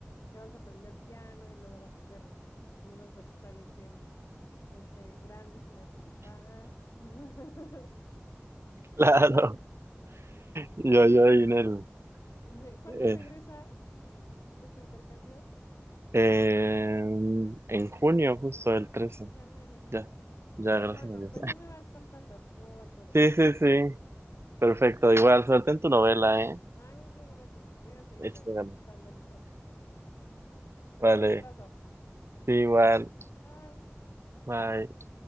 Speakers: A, on the left; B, on the right.
A: que vas a aprender piano y luego vas a hacer unos recitales bien, este, grandes y me vas a invitar. <laughs>
B: Claro. Yo, yo ahí en el,
A: ¿De- ¿Cuándo
B: eh,
A: regresas de tu intercambio?
B: en en junio, justo el trece
A: Mm, Ya mero, ya
B: ya,
A: mero.
B: ya, gracias
A: Ah, Bueno,
B: a Dios.
A: pues ahí me vas contando cómo va todo.
B: Sí, sí, sí. Perfecto. Igual, suerte en tu novela, ¿eh?
A: Ay, muchas gracias. Voy a seguir
B: Échate
A: a-
B: ganas.
A: dándole un ratito. Te
B: Vale.
A: mando un abrazo.
B: Sí, igual.
A: Bye.
B: Bye.